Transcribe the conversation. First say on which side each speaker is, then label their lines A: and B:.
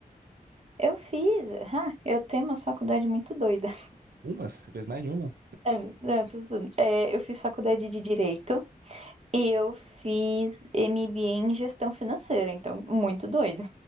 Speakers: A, on the right; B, on the right.
A: Eu fiz, ah, eu tenho uma faculdade muito doida.
B: Umas? Você fez mais de uma?
A: É, não, tudo, tudo. É, eu fiz faculdade de Direito e eu fiz MBA em Gestão Financeira, então muito doido.